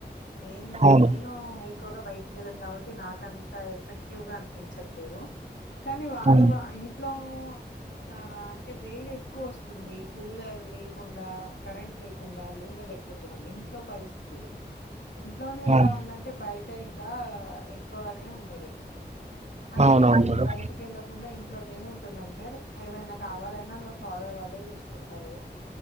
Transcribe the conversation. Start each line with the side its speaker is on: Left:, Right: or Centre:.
Left: నేమో
Right: అవును
Left: నేను ఎక్కువగా బయటికి వెళ్ళను కాబట్టి నాకంత ఎఫెక్టివ్ గా అనిపించట్లేదు కానీ వాళ్ళు
Right: అవును
Left: వా ఇంట్లో ఆ ఆ టే వేడి ఎక్కువ వస్తుంది. కూలర్ లేకుండా కరెంట్ లేకుండా ఉండ లేకపోతున్నాం. ఇంట్లో పరిస్థిది ఇంట్లోనే
Right: అవును
Left: ఇలా ఉందంటే బయి టే ఇంకా ఎక్కువనే ఉంటది అందుకే
Right: అవునవును
Left: ఇక నేను
Right: మేడం
Left: బయటికి వెళ్ళకుండా ఇంట్లోనే ఉంటున్నాను సార్ ఏమైనా కావాలన్ న్నా మా ఫాదర్ వాళ్ళే చూసుకుంటారు